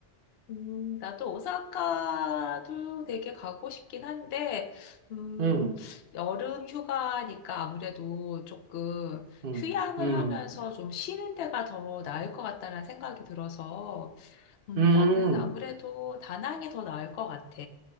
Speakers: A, on the left; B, on the right.
A: 음, 나도 오사카도 되게 가고 싶긴 한데, 음,
B: 응,
A: 여름 휴가니까 아무래도 조금
B: 응,
A: 휴양을
B: 응,
A: 하면서 좀 쉬는 데가 더 나을 것 같다는 생각이 들어서, 음,
B: 응,
A: 나는 아무래도 다낭이 더 나을 것 같아.